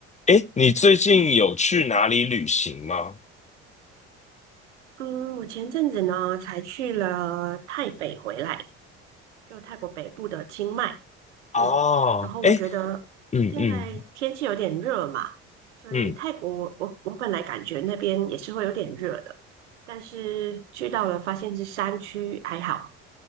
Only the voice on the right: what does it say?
嗯，我前阵子呢才去了泰北回来，就泰国北部的清迈。
嗯，然后我觉得现在天气有点热嘛，
所以泰国我我我本来感觉那边也是会有点热的，
但是去到了发现是山区，还好。